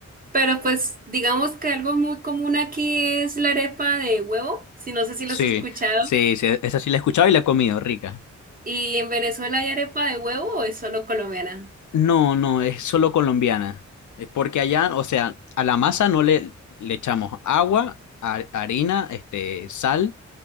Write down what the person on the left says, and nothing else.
Sí,
sí, sí, esa sí la he escuchado y la he comido, rica.
No, no, es solo colombiana. Es porque allá, o sea, a la masa no le, le echamos agua, ha- harina, este, sal